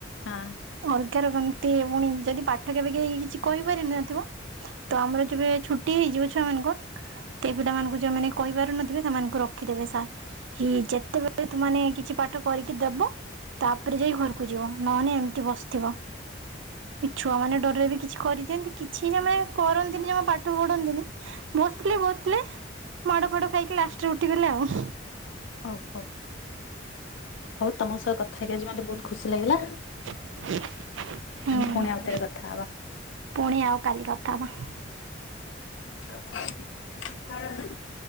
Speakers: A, on the left; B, on the right.
A: ହଁ
B: ଅଲଗା ର କନ୍ତି ପୁଣି ଯଦି ପାଠ କେବେ କେ କିଛି କହିପାରିନ ନଥିବ ତ ଆମର ଯେବେ ଛୁଟି ହେଇଯିବ ଛୁଆ ମାନଙ୍କର ସେ ପିଲାମାନଙ୍କୁ ଯଉମାନେ କହିପାରୁ ନଥିବେ ସେମାନଙ୍କୁ ରଖିଦେବେ ସାର୍ ହ ଯେତେବେଳେ ତୁ ମେ କିଛି ପାଠ କରିକି ଦବ ତାପରେ ଯାଇ ଘରକୁ ଯିବ ନହେଲେ ଏମିତି ବସିଥିବ ଏ ଛୁଆ ମାନେ ଡରରେ ବି କିଛି କରିଦିଅନ୍ତି କିଛି ଜମା କରନ୍ତିନି ଜମା ପାଠ ପଢ଼ନ୍ତିନି ବସିଥିଲେ ବସିଲେ ମାଡ ଫାଡ ଖାଇକି ଲାଷ୍ଟରେ ଉଠିଗଲେ ଆଉ
A: ହଉ ହଉ ହଉ ତମ ସହ କଥା ହେଇକି ଆଜି ମତେ ବହୁତ ଖୁସି ଲାଗିଲା
B: ହ <unintelligible> ହୁଁ
A: ଆମେ ପୁଣି ଆଉଥରେ କଥା ହବା।
B: ପୁଣି ଆଉ କାଲି କଥା ହେଵା
A: ହ <unintelligible>